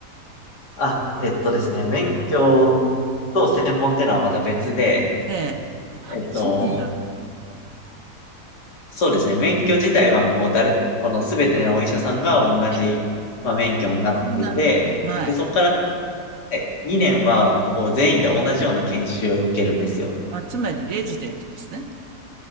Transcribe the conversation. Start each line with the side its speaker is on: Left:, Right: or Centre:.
Left: あ、えっとですね、免許と専門ってのはまた別で、
Right: ええ。あ、
Left: えっと、
Right: 別なんだ。
Left: そうですね、免許自体はもう誰、このすべてのお医者さんが同じ、
Right: え、
Left: まあ、免許になってて、
Right: ああ、なるほど。はい。
Left: で、そこから、ね、2年はこう全員で同じような研修を受けるんですよ。
Right: あ、つまり、レジデントですね。